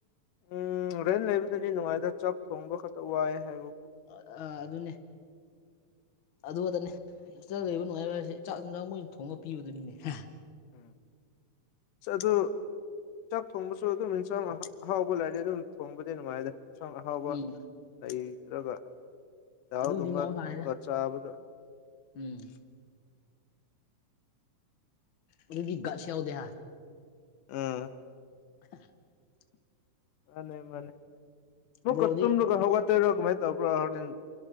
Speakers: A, on the left; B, on the left.
A: ꯎꯝ ꯔꯦꯟ ꯂꯩꯕꯗꯅꯤ ꯅꯨꯡꯉꯥꯏꯗ ꯆꯥꯛ ꯊꯣꯡꯕ ꯈꯛꯇ ꯋꯥꯏ ꯍꯥꯏꯕꯨ
B: ꯑ ꯑ ꯑꯗꯨꯅꯦ꯫ ꯑꯗꯨꯈꯗꯅꯦ ꯍꯣꯁꯇꯦꯜ ꯂꯩꯕ ꯅꯨꯡꯉꯥꯏꯕ ꯍꯥꯏꯁꯦ ꯆꯥꯛ ꯍꯦꯟꯁꯥꯡ ꯃꯣꯏꯅ ꯊꯣꯡꯉ ꯄꯤꯕꯗꯨꯅꯤꯅꯦ ꯍꯥ꯫
A: ꯎꯝ ꯑꯗꯨ ꯆꯥꯛ ꯊꯣꯡꯕꯁꯨ ꯑꯗꯨꯝ ꯏꯟꯁꯥꯡ ꯑꯍꯥꯎꯕ ꯂꯩꯔꯗꯤ ꯑꯗꯨꯝ ꯊꯣꯡꯕꯗꯤ ꯅꯨꯡꯉꯥꯏꯗ꯫ ꯏꯁꯥꯡ ꯑꯍꯥꯎꯕ
B: ꯎꯝ
A: ꯂꯩꯇ꯭ꯔꯒ ꯗꯥꯜꯒꯨꯝꯕ
B: ꯑꯗꯨꯕꯨꯗꯤ ꯃꯍꯧꯁꯥꯅꯤꯗ
A: ꯊꯣꯡꯉꯒ ꯆꯥꯕꯗꯨ
B: ꯎꯝ꯫ ꯑꯗꯨꯒꯤ ꯒꯠꯁ ꯌꯧꯗꯦ ꯍꯥ꯫
A: ꯎꯝ꯫
B: <unintelligible>
A: ꯃꯥꯅꯦ ꯃꯥꯅꯦ ꯑꯥꯃꯨꯛꯀ
B: ꯕ꯭ꯔꯣꯗꯤ
A: ꯇꯨꯝꯔꯒ ꯍꯧꯒꯠ ꯇꯣꯏꯔꯥ ꯀꯥꯃꯥꯏ ꯇꯧꯕꯔꯥ ꯅꯪ